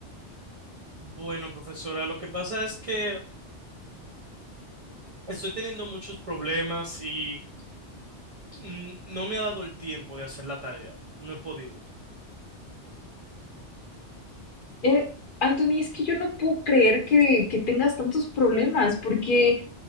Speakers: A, on the right; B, on the left.
A: Bueno, profesora, lo que pasa es que estoy teniendo muchos problemas y mm, no me ha dado el tiempo de hacer la tarea. No he podido.
B: Eh, Anthony, es que yo no puedo creer que, que tengas tantos problemas, porque